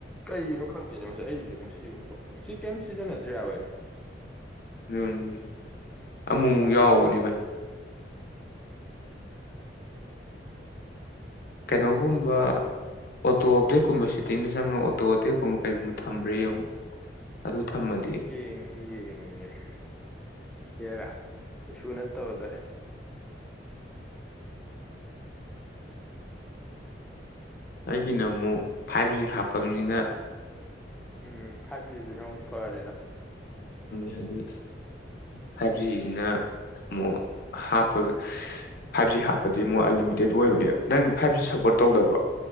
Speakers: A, in the centre; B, on the left.
A: ꯀꯩꯅꯅꯣ ꯈꯪꯗꯦꯅꯦ ꯃꯁꯥꯏ ꯑꯩꯁꯨ ꯉꯁꯤ ꯑꯃꯛꯈꯠꯁꯤ ꯀꯦꯝ ꯁꯤꯖꯤꯟ ꯑꯗꯨꯔ ꯑꯣꯏꯦ
B: <unintelligible> ꯑꯃꯨꯛꯨꯛ ꯌꯥꯎꯕꯅꯤ ꯚꯥꯏ ꯀꯩꯅꯣꯒꯨꯝꯕ ꯑꯣꯇꯣ ꯑꯞꯇꯦꯛꯀꯨꯝꯕ ꯁꯤꯠꯇꯤꯡꯗ ꯆꯪꯉ ꯑꯣꯇꯣ ꯑꯞꯗꯦꯛꯀꯨꯝꯕ ꯀꯩꯒꯨꯝꯕ ꯊꯝꯕ꯭ꯔꯦ ꯌꯦꯡꯉꯨ ꯑꯗꯨ ꯊꯝꯃꯗꯤ
A: <unintelligible> ꯌꯥꯔꯥ ꯏꯁꯨ ꯅꯠꯇꯕꯗ
B: ꯑꯩꯒꯤꯅ ꯑꯃꯨꯛ ꯐꯥꯏꯚ ꯖꯤ ꯍꯥꯞꯄꯅꯤꯅ
A: ꯎꯝ ꯐꯥꯏꯚ ꯖꯤꯁꯤꯅ ꯑꯃꯨꯛ ꯐꯔꯦꯗ
B: ꯍꯥꯏꯗꯤ ꯐꯥꯏꯚ ꯖꯤꯁꯤꯅ ꯑꯃꯨꯛ ꯍꯥꯞꯄꯒ ꯐꯥꯏꯚ ꯖꯤ ꯍꯥꯞꯄꯗꯤ ꯑꯃꯨꯛ ꯑꯟꯂꯤꯃꯤꯇꯦꯠ ꯑꯣꯏꯕꯅꯦꯕ ꯅꯪ ꯐꯥꯏꯚ ꯖꯤ ꯁꯞꯄꯣꯔꯠ ꯇꯧꯗꯕ꯭ꯔꯣ